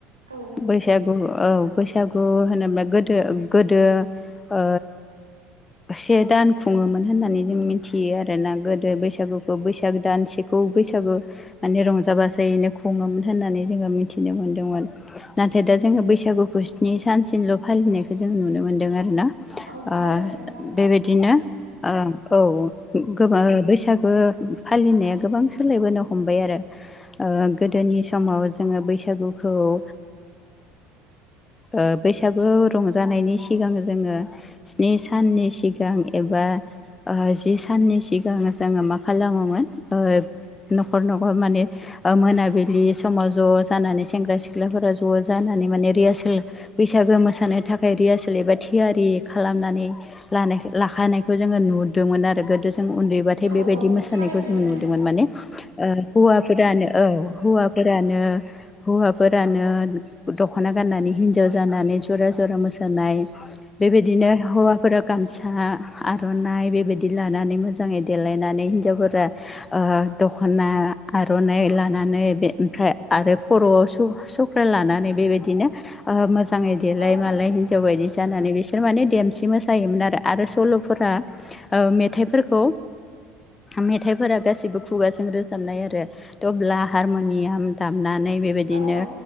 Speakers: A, on the right (about 80°); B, on the left (about 20°).
A: औ
B: बैसागु औ। बैसागु होनोब्ला गोदो-गोदो ओ से दान खुङोमोन होननानै जों मिथियो आरोना गोदो बैसागोखौ बैसागो दानसेखौ बैसागो माने रंजा बाजायैनो खुङोमोन होननानै जोङो मिथिनो मोन्दोंमोन नाथाय दा जोङो बैसागु खौ स्नि सानसिमल' फालिनायखौ जों नुनो मोन्दों आरो ना
A: औ थारैनो
B: आ
A: नोंथां
B: बेबिदिनो आ औ गोबां बैसागो फालिनाया गोबां सोलायबोनो हमबाय आरो ओ गोदोनि समाव जोङो बैसागुखौ ओ ओ बैसागु रंजानायनि सिगां जोङो स्नि साननि सिगां एबा आ जि साननि सिगां जोङो मा खालामोमोन ओ न'खर - न'खर माने ओ मोनाबिलि समाव ज' जानानै सेंग्रा सिख्लाफोरा ज' जानानै माने रिहासोल बैसागो मोसानो थाखाय रियासल एबा थियारि खालामनानै लानायखो लाखानाय जोङो नुदोंमोन आरो गोदो जों उन्दैबाथाय
A: औ
B: बेबायदि
A: औ
B: मोसानायखौ
A: थारैनो
B: जोंङो
A: नोंथां
B: नुदोंमोन माने ओ हौवाफोरानो औ हौवाफोरानो हौवाफोरानो दख'ना गाननानै हिनजाव जानानै जरा-जरा मोसानाय बेबायदिनो हौवाफोरा गामसा आर'नाइ बेबायदि लानानै मोजाङै देलायनानै हिन्जावफोरा ओ दखना आर'नाइ लानानै बे ओमफ्राय आरो खर'आव सु - सु फोर लानानै बेबायदिनो ओ मोजाङै देलाय
A: औ
B: मालाय हिनजाव बायदि जानानै बिसोर माने देमसि मोसायोमोन आरो सल' फोरा ओ मेथाइफोरखौ मेथाइफोरा गासिबो खुगाजों रोजाबनाय आरो टब्ला हारमुनियाम दामनानै बेबायदिनो
A: औ औ